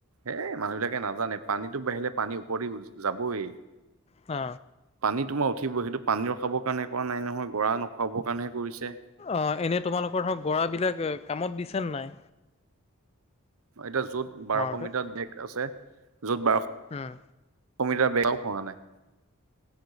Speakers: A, on the right; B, on the left.
A: এ মানুহবিলাকে নাজানে। পানীটো বাঢ়িলে পানী ওপৰেদি যাবই।
B: অ।
A: পানী তোমাৰ উঠিবই। সেইটো পানী ৰখাবৰ কাৰণে কৰা নাই নহয়, গৰা নখহাবৰ কাৰণেহে কৰিছে।
B: অ এনে তোমালোকৰ ধৰক গৰাবিলাক কামত দিছে নে নাই?
A: অ এতিয়া যত বাৰশ
B: মাৰোতে?
A: মিটাৰ দেশ আছে য'ত বাৰশ
B: উম,
A: এশ মিটাৰ বে <unintelligible> খহা নাই।